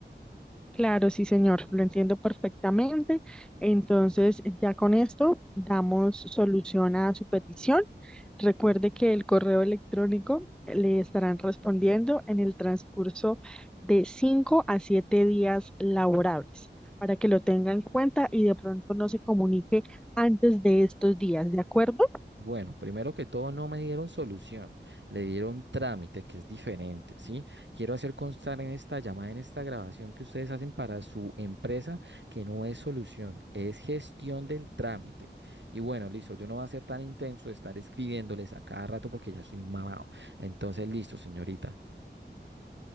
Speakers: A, in the centre; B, on the right.
A: Claro, sí, señor, lo entiendo perfectamente. Entonces, ya con esto damos solución a su petición. Recuerde que el correo electrónico le estarán respondiendo en el transcurso de 5 a 7 días laborables para que lo tenga en cuenta y de pronto no se comunique antes de estos días, ¿de acuerdo?
B: Bueno, primero que todo, no me dieron solución, le dieron trámite, que es diferente, ¿sí? Quiero hacer constar en esta llamada, en esta grabación que ustedes hacen para su empresa, que no es solución, es gestión del trámite. Y bueno, listo, yo no voy a ser tan intenso de estar escribiéndoles a cada rato porque ya soy mamado. Entonces, listo, señorita,